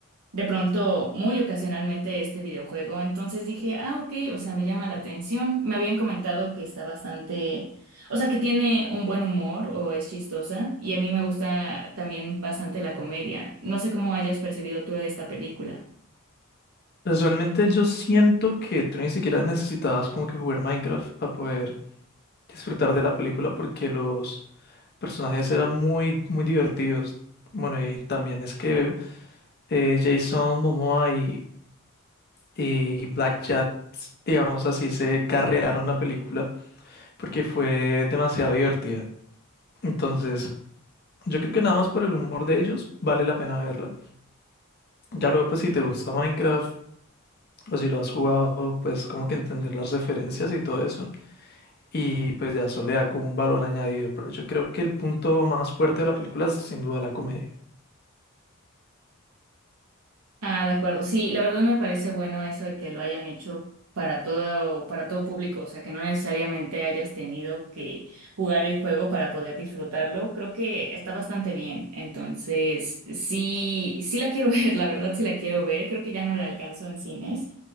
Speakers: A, on the right (about 80°); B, on the left (about 45°).
A: de pronto muy ocasionalmente este videojuego. Entonces dije, ah, ok, o sea, me llama la atención. Me habían comentado que está bastante, o sea, que tiene un buen humor o es chistosa. Y a mí me gusta también bastante la comedia. No sé cómo hayas percibido tú esta película.
B: Pues realmente yo siento que tú ni siquiera necesitabas como que jugar Minecraft para poder disfrutar de la película porque los personajes eran muy, muy divertidos. Bueno, y también es que eh, Jason Momoa y, y Black Jack, digamos así, se carrearon la película porque fue demasiado divertida. Entonces, yo creo que nada más por el humor de ellos vale la pena verla. Ya luego, pues si te gusta Minecraft o si lo has jugado, pues como que entender las referencias y todo eso. Y pues ya eso le da como un valor añadido. Pero yo creo que el punto más fuerte de la película es sin duda la comedia.
A: Ah, de acuerdo. Sí, la verdad me parece bueno eso de que lo hayan hecho para todo, para todo público, o sea, que no necesariamente hayas tenido que jugar el juego para poder disfrutarlo. Creo que está bastante bien. Entonces, sí, sí la quiero <laughs> ver, la verdad sí la quiero ver. Creo que ya no la alcanzo en cines